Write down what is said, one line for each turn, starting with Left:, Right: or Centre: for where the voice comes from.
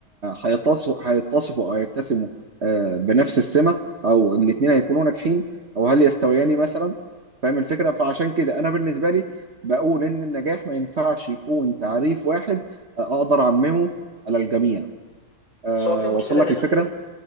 Right: هيتصفوا هيتصفوا او يتسموا آه، بنفس السمه او الاثنين هيكونوا ناجحين او هل يستويان مثلا فاهم الفكره فعشان كده انا بالنسبه لي بقول ان النجاح ما ينفعش يكون تعريف واحد آه، اقدر اعممه على الجميع آه،
Left: بس هو في مشكلة
Right: وصل لك
Left: هنا
Right: الفكره